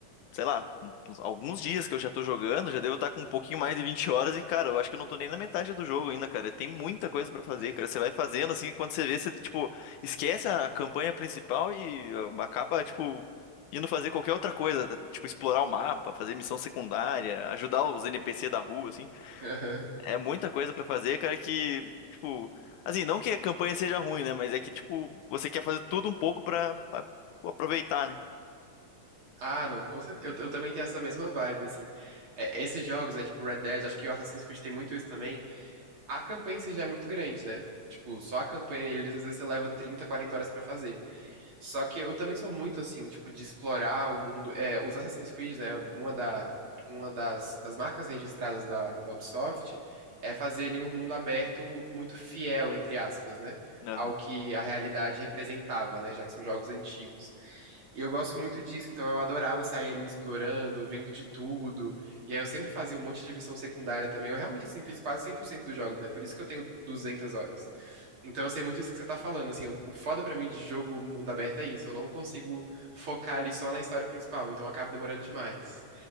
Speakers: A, on the left; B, on the right.
A: sei lá, uns- alguns dias que eu já tô jogando, já devo estar com um pouquinho mais de 20 horas e, cara, eu acho que eu não tô nem na metade do jogo ainda, cara. Tem muita coisa pra fazer,
B: é.
A: cara. Você vai fazendo assim, quando você vê, você, tipo, esquece a campanha principal e ah, acaba, tipo, indo fazer qualquer outra coisa, tipo, explorar o mapa, fazer missão secundária, ajudar os NPC da rua, assim.
B: <laughs>
A: É muita coisa pra fazer, cara, que, tipo, assim, não que a campanha seja ruim, né, mas é que, tipo, você quer fazer tudo um pouco pra, pra, tipo, aproveitar, né?
B: Ah, não, com certeza. Eu, eu também tenho essa mesma vibe, assim. É, esses jogos, né, tipo Red Dead, acho que o Assassin's Creed tem muito isso também. A campanha em si já é muito grande, né? Tipo, só a campanha, eles às vezes você leva 30, 40 horas pra fazer. Só que eu também sou muito assim, tipo, de explorar o mundo. É, os Assassin's Creed, né? Uma, da, uma das, das marcas registradas da, da Ubisoft é fazer ali um mundo aberto muito fiel, entre aspas, né?
A: Aham,
B: Ao que a realidade representava, né? Já que são jogos antigos. E eu gosto muito disso, então eu adorava sair ali explorando, vendo de tudo. E aí eu sempre fazia um monte de missão secundária também. Eu realmente, assim, fiz quase 100% dos jogos, né? Por isso que eu tenho 200 horas. Então eu sei muito isso que você tá falando, assim, o o foda pra mim de jogo mundo aberto é isso, eu não consigo focar ali só na história principal, então acaba demorando demais.